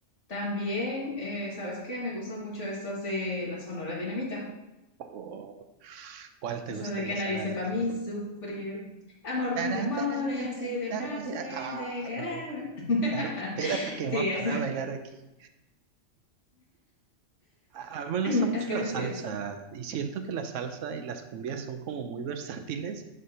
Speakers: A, on the left; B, on the right.
A: También, eh, ¿sabes qué? Me gustan mucho estas de la Sonora Dinamita.
B: Oh, ¿cuál te
A: O sea,
B: gusta
A: de
B: en
A: que
B: la
A: nadie
B: zona
A: sepa
B: de metro?
A: a mí sufrir. Amor de
B: Tarán,
A: mis amores,
B: tarán, tarán,
A: si dejaste
B: dama ya. Ah,
A: de quererme.
B: no.
A: <laughs>
B: Parte- espérate que
A: Sí,
B: voy a
A: eso.
B: parar a bailar aquí. A mí
A: <clears throat>
B: me gusta mucho
A: Es que
B: la
A: eso
B: salsa
A: sí es.
B: y siento que la salsa y las cumbias son como muy <laughs> versátiles